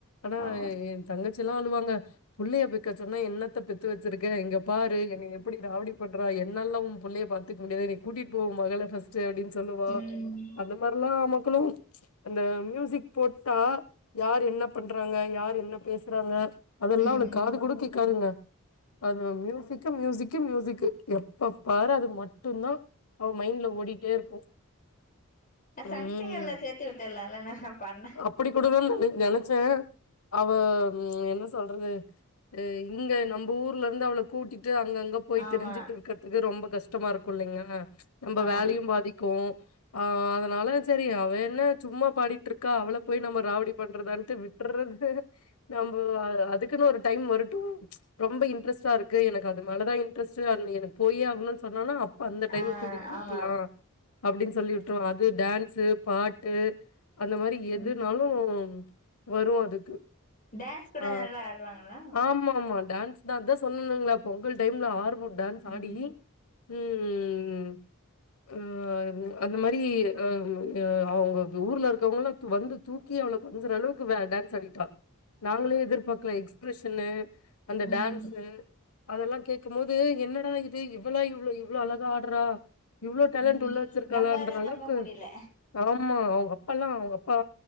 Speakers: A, on the left; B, on the left.
A: ஆனா
B: ஆமா
A: தங்கச்சி எல்லா அழுவாங்க புள்ளைய பெக்க சொன்னா என்னத்த பெத்து வச்சிருக்கே இங்க பாரு என்னய எப்டி ராவடி பண்றா என்னாலல்லா உம் புள்ளய பாத்துக்க முடியாது நீ கூட்டிட்டு போ மொதல்ல ஃப்ர்ஸ்ட்டு அப்டின்னு சொல்லுவா
B: ம்
A: அந்த எல்லா மக்களு அந்த மியூசிக் போட்டா யார் என்ன பண்றாங்க யார் என்ன பேசுறாங்க அதெல்லா
B: ம்
A: அவளுக்கு காது குடுத்துக் கேளுங்க அது மியூஸ் மியூசிக் மியூசிக் மியூசிக் எப்ப பாரு அது மட்டு தா அவ மைண்ட்ல ஓடிட்டே இருக்கு
B: அ சன்
A: ம்
B: சிங்கர்ல சேத்து விட்டரால்லா நல்ல பாடினா
A: அப்டி கூடவே நென நெனைச்சே அவ என்ன சொல்றது அ இங்க நம்ம ஊர்ல இருந்து அவளை கூட்டிட்டு அங்கங்க போய்
B: ஆமா
A: திரிஞ்சுட்டு இருக் துக்கு ரொம்ப கஷ்டமா இருக்கு இல்லைங்க நம்ம
B: ஆமா
A: வேலையு பாதிக் கு ஆ அதனால எனக்கு சரி அவ என்ன சும்மா பாடிட்டு இருக்கா அவள போய் நம்ம ராவடி பண்றதானுட்டு விட்டறது நம்ம அதுக்குன்னு ஒரு டைம் வருட்டு ரொம்ப இன்ட்ரெஸ்ட்டா இருக் க்கு எனக்கு அது மேலதா இன்ட்ரெஸ்ட் அது எனக்கு போய் ஆகுனுன்னு சொன்னா அப்ப அந்த டைம்
B: ஆ
A: கூட்டிட்டு போய்கலா
B: ஆமா
A: அப்டின்னு சொல்லிட்டு அது டேன் ஸ் பாட்டு அந்த மாரி எதுனாலு
B: ம்
A: வரு அதுக்கு
B: டான்ஸ் கூட
A: ஆ
B: நல்லா ஆடுவாங்களா
A: ஆமா ஆமா டேன்ஸ் நாதா சொன்னனுங்களா அப்போ உங்கள்கிட்ட இருந்து ஆர்வோ டேன்ஸ்
B: ம்
A: ஆடி ம் ஆ அந்த மாரி அ அவங்க ஊர்ல இருக்கவங்கலா வந்து தூக்கி அவள கொஞ்சறளவுக்கு அ டான்ஸ் ஆடிட்டா நாங்களே எதிர்பார்க்கல எக்ஸ்ப்ரெஷன்னு அந்த
B: ம்
A: டான்ஸு அதெல்லா கேக்கும் போது என்னடா இது இவள இவ்ளோ இவ்ளோ அழகா ஆடுறா இவ்ளோ டேலண்டட்
B: ம்
A: உள்ள வச்சிருக்காளன்ற
B: நம்பாத
A: அளவுக்கு
B: நம்ப முடியல
A: ஆமா அவங்க அப்பல்லா அவங்க அப்பா